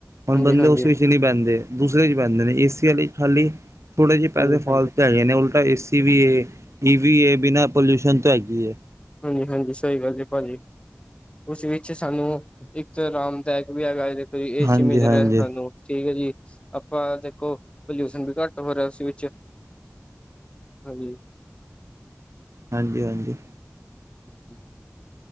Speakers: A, on the right; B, on the left.
A: ਹੁਣ
B: ਹਾਂਜੀ
A: ਬੰਦੇ
B: ਹਾਂਜੀ
A: ਉਸ ਵਿੱਚ ਹੀ ਨਹੀਂ ਬਹਿੰਦੇ ਦੂਸਰੇ ਚ ਬਹਿੰਦੇ ਨੇ, ਏਸੀ ਵਾਲੇ ਖਾਲੀ ਥੋੜ੍ਹੇ ਜਿਹੇ ਪੈਸੇ
B: ਹਾਂਜੀ
A: ਫਾਲਤੂ ਤਾਂ ਹੈਗੇ ਨੇ, ਉਲਟਾ ਏ ਸੀ ਵੀ ਏ, ਈ ਵੀ ਏ ਬਿਨਾਂ ਪੋਲਿਊਸ਼ਨ ਤੋਂ ਹੈਗੀ।
B: ਹਾਂਜੀ-ਹਾਂਜੀ, ਸਹੀ ਗੱਲ ਜੀ ਭਾਜੀ। ਉਸ ਵਿੱਚ ਸਾਨੂੰ ਇੱਕ ਆਰਾਮਦਾਇਕ ਵੀ ਹੈਗਾ, ਕੋਈ ਏ
A: ਹਾਂਜੀ
B: ਸੀ ਮਿਲ
A: ਹਾਂਜੀ
B: ਰਿਹਾ ਸਾਨੂੰ। ਠੀਕ ਐ ਜੀ, ਆਪਾਂ ਦੇਖੋ ਪੋਲਿਊਸ਼ਨ ਵੀ ਘੱਟ ਹੋ ਰਿਹਾ ਉਸ ਵਿੱਚ। ਹਾਂਜੀ।
A: ਹਾਂਜੀ-ਹਾਂਜੀ।
B: <inaudible>